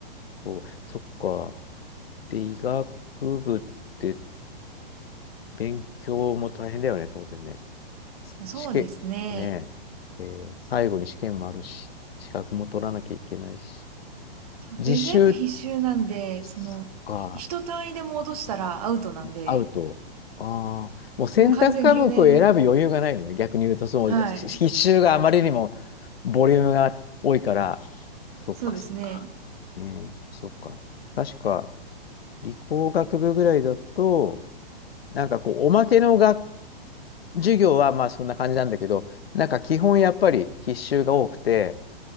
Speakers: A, on the left (about 80°); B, on the right (about 40°).
A: そう、そっか。で、医学部って勉強も大変だよね、当然ね。
B: まそうですね。
A: 試験、ねえ、えー最後に試験もあるし、資格も取らなきゃいけないし。
B: そうで、
A: 実習
B: 全部必修なんで、
A: そっか
B: その、一単位でも落としたらアウトなんで、
A: 会うと、ああ、もう選択科目を選ぶ余裕がないのね。
B: もう完全留年、
A: 逆に言うと、その必修があまりにも
B: はい。
A: ボリュームが多いから、そっかそっか。
B: そうですね。
A: ねえ、そっか。確か、理工学部ぐらいだと、なんかこう、おまけの学授業はまあそんな感じなんだけど、なんか基本やっぱり必修が多くて、